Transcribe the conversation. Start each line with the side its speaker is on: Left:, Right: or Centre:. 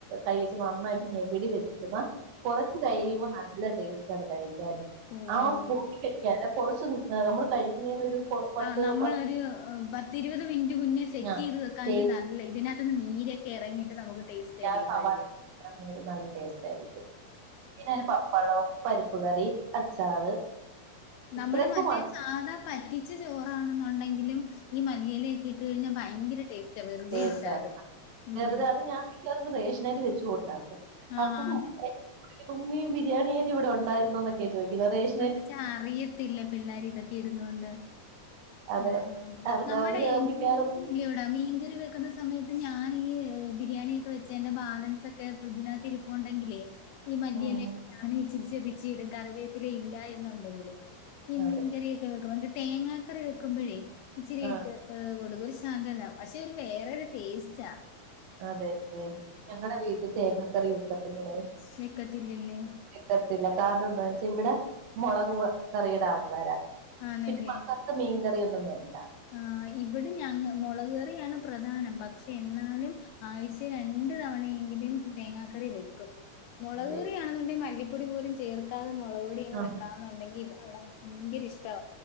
Right: കൈച്ച് നന്നായിട്ട് ഞെവിടി വെച്ചിരുന്ന കുറച്ച് കഴിയുമ്പോൾ നല്ല ടേസ്റ്റ്ണ് കഴിക്ക
Left: ഓഹ്
Right: ആഹ് സ്പോട്ടിൽ കഴിയ്ക്കാൻ അല്ല കുറച്ച് നമ്മള് കഴിക്കുന്നെന് ഒരു പത്ത്
Left: ആഹ് നമ്മളൊരു
Right: പാ
Left: പത്തിരുപത് മിനി മുന്നേ സെറ്റീത്
Right: ആ
Left: വെക്കാങ്കി
Right: ചെയ്ത്
Left: നല്ലേ ഇതിനകത്ത്ന്ന് നീരൊക്കെ എറങ്ങീട്ട് നമുക്ക് ടേസ്റ്റ് ആരിക്കും
Right: ആ
Left: കഴിക്കാൻ.
Right: <inaudible> നല്ല ടേസ്റ്റ് ആയിരിക്കും പിന്നെ അതിന് പപ്പടവും പരിപ്പ് കറി അച്ചാറ്
Left: നമ്മള്
Right: ഇത്രയൊക്കെ
Left: മറ്റേ
Right: മാത്രം
Left: സാധാ പറ്റിച്ച ചോറാണെന്നുണ്ടെങ്കിലും ഈ മല്ലിയിലൊക്കെ ഇട്ട് കഴിഞ്ഞാ ഭയങ്കര ടേസ് റ്റ വെറുതെ
Right: ടേസ്റ്റ്
Left: ഇട്ടാലും
Right: ആണ്
Left: ഉം
Right: വെറുതെ അത് ഞാൻ മിക്കവാറും ഇത് റേഷനരി വെച്ചും ഉണ്ടാക്കും
Left: ആഹ്
Right: അപ്പം തുമ്മീ ബിരിയാണി അരി ഇവിടെ ഉണ്ടായിരുന്നോ എന്നൊക്കെ ചോ ചോദിക്കുന്നതെഷ്
Left: അച്ച അറിയത്തില്ല പിള്ളേർ ഇതൊക്കെ ഇരുന്നുകൊണ്ട്
Right: അതെ
Left: ആഹ്
Right: അവർക്ക്
Left: നമ്മുടെ
Right: അവര്
Left: എ
Right: മിക്കവാറും
Left: ഇല്ലോടാ മീൻ കറി വെക്കുന്ന സമയത്ത് ഞാനി ഈ ബിരിയാണിയൊക്കെ വെച്ചേന്റെ ബാലൻസ് ഒക്കെ ഫ്രിഡ്ജിനകത്തിരിപ്പ് പോണ്ടെങ്കിലേ ഈ മല്ലിയില
Right: ഉം
Left: ഒക്കെ ഞാനും ഇച്ചിരിച്ചേ പിച്ചി ഇടും കറിവേപ്പില ഇല്ല എന്നുണ്ടെങ്കില് ഈ മീൻകറിയൊക്കെ
Right: അതെ
Left: വെക്കുമ്പോ തേങ്ങാ കറി വെക്കുമ്പോഴേ ഇച്ചിരി
Right: ആഹ്
Left: ഇട്ട് കൊടുക്കും ഒരു ശ ശകലം പക്ഷെ ഒരു വേറെരു ടേസ്റ്റ
Right: അതെല്ലേ ഞങ്ങടെ വീട്ടി തേങ്ങാക്കറി വെക്കത്തില്ലടെ.
Left: വെക്കത്തില്ലല്ലേ
Right: വെക്കത്തില്ല കാരണം എന്താ വെച്ചാ ഇവിടെ മുളക് കറിയുടെ ആൾക്കാരാ
Left: ആന്നല്ലെ.
Right: പിന്നെ മക്കൾക്ക് മീൻകറിയൊന്നും വേണ്ട
Left: ആഹ് ഇവിടെ ഞങ്ങ മുളക്കറിയാണ് പ്രധാനം പക്ഷെ എന്നാലും ആഴ്ച്ചേ രണ്ടു തവണയെങ്കിലും തേങ്ങാക്കറി വെക്കും. മുളക്
Right: അതെ
Left: കറിയാണെന്നുണ്ടേൽ മല്ലിപ്പൊടി പോലും ചെ ചേർക്കാതെ മുളക്പ്പൊടി ഇങ്ങ്
Right: ആഹ്
Left: വെക്കാവുന്നുണ്ടെങ്കിൽ അവിടെ ഭയങ്കര ഇഷ്ട്ടാ